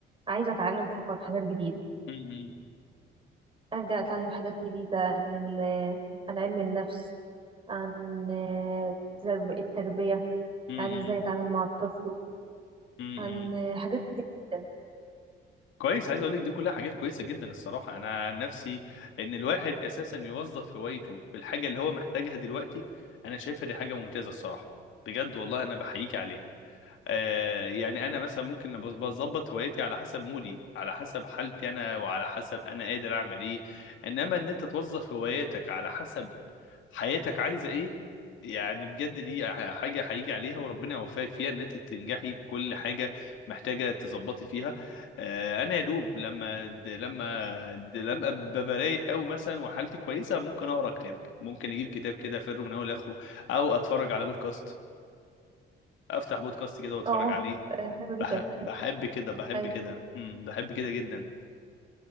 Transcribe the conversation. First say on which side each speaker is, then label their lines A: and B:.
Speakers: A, on the right; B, on the left.
A: عايزه اتعلم فقط حاجات جديده
B: امم
A: ارجع اتعلم حاجات جديده عن ال- عن علم النفس عن آه، ترب- التربيه
B: امم
A: عن ازاي اتعامل مع الطفل
B: امم
A: عن آه، حاجات كتير جدا
B: كويس عايز اقول لك دي كلها حاجات كويسه جدا الصراحه انا عن نفسي ان الواحد اساسا يوظف هوايته في الحاجه اللي هو محتاجها دلوقتي انا شايفها دي حاجه ممتازه الصراحه بجد والله انا بحييك عليها آه يعني انا مثلا ممكن بز- بظبط هوايتي على حسب مودي على حسب حالتي انا وعلى حسب انا قادر اعمل ايه انما ان انت توظف هواياتك على حسب حياتك عايزه ايه يعني بجد دي ح- حاجه هيجي عليها وربنا يوفقك فيها ان انت تنجحي في كل حاجه محتاجه تظبطي فيها آه، انا يا دوب لما د- لما د- لما أبقى رايق او مثلا وحالتي كويسه ممكن اقرا كتاب ممكن اجيب كتاب كده افره من اول لاخره او اتفرج على بودكاست افتح بودكاست كده واتفرج
A: اه
B: عليه
A: آه، حلوه جدا
B: بح-
A: اي
B: بحب كده بحب
A: اي
B: كده امم بحب كده جدا